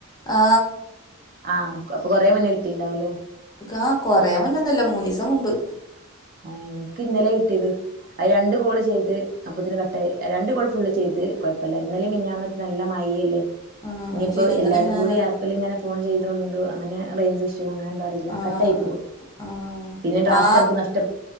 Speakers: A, on the left; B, on the right.
A: ആ
B: ആ അപ്പൊ കൊറേമുന്നേ കിട്ടിയിട്ടുണ്ടാവൂലേ
A: ആ കൊറേമുന്നൊന്നല്ല മൂന്നീസംമുമ്പ്
B: ഒ ക്ക് ഇന്നലെ കിട്ടിയത് അയിൽ രണ്ട് കോള് ചെയ്ത് അപ്പൊത്തന്നെ കട്ടായി രണ്ടുകോള്ഫുള്ള് ചെയ്ത് കൊയപ്പില്ല ഇന്നലെയും മെനി ഞ്ഞാന്നായിട്ട് നല്ല മഴയല്ലേ
A: ആ
B: ഇനിയിപ്പോ
A: ശരി ഇന്നലെ
B: എല്ലാരും
A: മിനിഞ്ഞാന്ന്
B: കൂടി ആപ്പിൽ ഇങ്ങനെ ഫോൺ ചെയ്തൊണ്ട് അങ്ങനെ റേഞ്ചിഷോ അങ്ങനെ എന്തോ അറിയില്ല
A: ആ
B: കട്ടായി പോവാ
A: ആ
B: പിന്നെ ടാസ്ക്
A: ആ
B: നമുക്ക് നഷ്ട